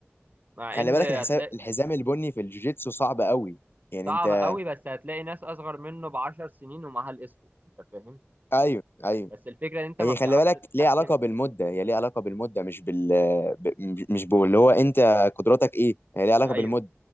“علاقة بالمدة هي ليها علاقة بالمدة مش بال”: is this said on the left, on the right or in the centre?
Left